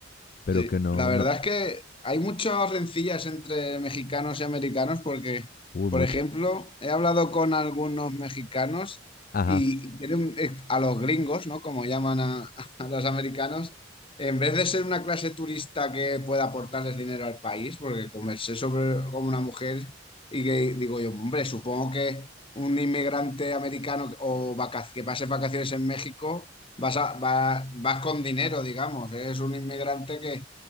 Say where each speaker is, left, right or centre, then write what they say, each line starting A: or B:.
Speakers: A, on the left; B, on the left.
A: pero
B: Sí,
A: que no,
B: la verdad
A: no,
B: es que hay muchas rencillas entre mexicanos y americanos porque,
A: uy,
B: por
A: mucha.
B: ejemplo, he hablado con algunos mexicanos
A: Ajá,
B: y tienen, eh, a los gringos, ¿no? Como llaman a, <laughs> a los americanos, en vez de ser una clase turista que pueda aportarles dinero al país, porque conversé sobre con una mujer y que digo yo, hombre, supongo que un inmigrante americano o vaca- que pase vacaciones en México Vas, a- va- vas con dinero, digamos. Eres un inmigrante que,